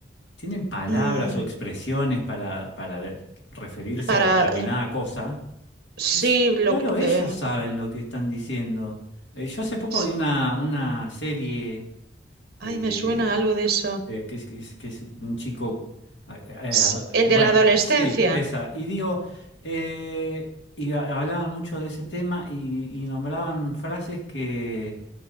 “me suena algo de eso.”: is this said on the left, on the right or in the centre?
Right